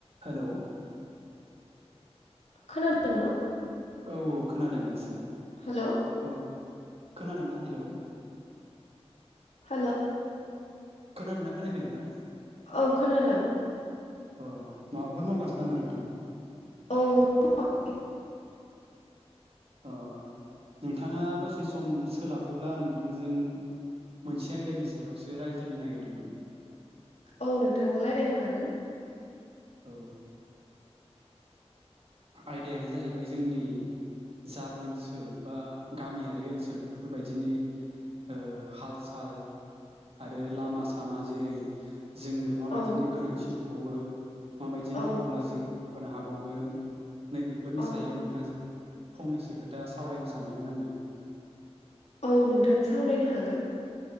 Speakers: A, on the right; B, on the left.
A: Hello!
B: खोनादोंना?
A: औ औ खोनादों दासो
B: हेल'
A: औ। खोनादोंना? हेलौ!
B: हेल'!
A: खोनादोंना खोनायाखै नोंथां?
B: औ खोनादों।
A: अ माबाफोर मावगासिनो नामा नोंथां?
B: औ मावाखै।
A: अ नोंथाङा दसे सम सोलाबोब्ला आं नोंथांजों! मोनसे आयदानि सायावसो रायज्लायनो नागिरदोंमोन।
B: औ नोंथां रायज्लायनो हागोन।
A: औ ओ आयदायानो जाहैबाय जोंनि। जा ओनसोल बा गामियारि ओनसोल बेफोरबायदिनि ओ हाल-साल आरो लामा-सामा जेरै- जोंनो माबायदिनो
B: औ
A: गोनांथि दंबावो माबायदि
B: औ
A: मावोब्ला जोङो गानो हाबावगोन नै बेफोरनि
B: औ
A: सायाव नोंथांजों फंनैसो खोथा सावरायनो सानदोंमोन आङो
B: औ नोंथां सावरायनो हागोन